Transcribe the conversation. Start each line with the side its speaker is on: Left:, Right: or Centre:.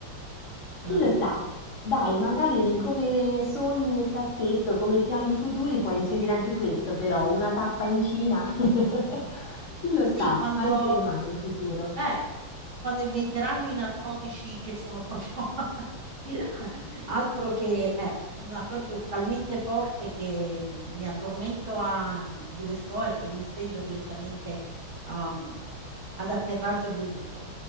Right: che
Left: Chi
Right: la
Left: lo
Right: vedrò.
Left: sa? Dai, magari nei- come sogni nel cassetto, come piani futuri, puoi inserire anche questo, però una tappa in Cina. <laughs> Chi lo sa?
Right: Sì, quando,
Left: Mai dire mai in futuro.
Right: Eh, quando inventeranno i narcotici che sono proprio <laughs> altro che eh, un narcotico talmente forte che mm, mi addormento a dove sto e, e mi sveglio direttamente um, ad atterraggio avvenuto.